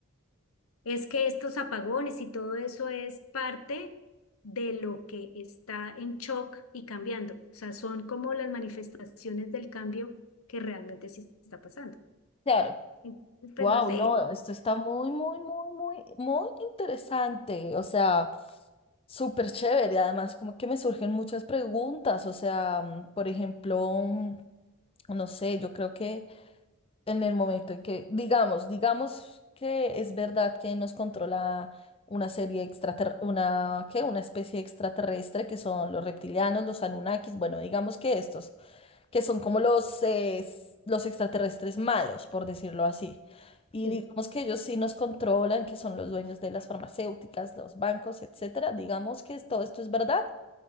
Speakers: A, on the left (about 80°); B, on the left (about 25°).
A: es que estos apagones y todo eso es parte de lo que está en shock y cambiando. O sea, son como las manifestaciones del cambio que realmente sí está pasando.
B: claro.
A: Entonces, Pues
B: Wow,
A: no sé.
B: no, esto está muy, muy, muy, muy, muy interesante. O sea, súper chévere. Además, como que me surgen muchas preguntas. O sea, mm, por ejemplo, mm, no sé, yo creo que en el momento en que, digamos, digamos que es verdad que nos controla una serie extraterrestre, una, ¿qué? Una especie extraterrestre que son los reptilianos, los Anunnakis, bueno, digamos que estos. que son como los, eh, s- los extraterrestres malos, por decirlo así. Y
A: Sí,
B: digamos que ellos sí nos controlan, que son los dueños de las farmacéuticas, los bancos, etcétera. Digamos que es- todo esto es verdad.